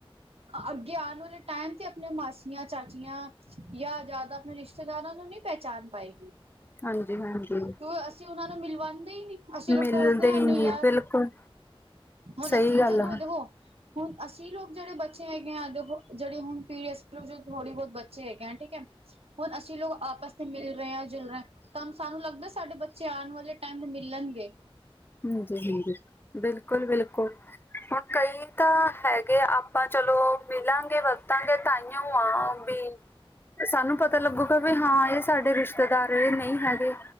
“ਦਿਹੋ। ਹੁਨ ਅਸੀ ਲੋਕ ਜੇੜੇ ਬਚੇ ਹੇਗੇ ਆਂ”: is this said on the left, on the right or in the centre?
Right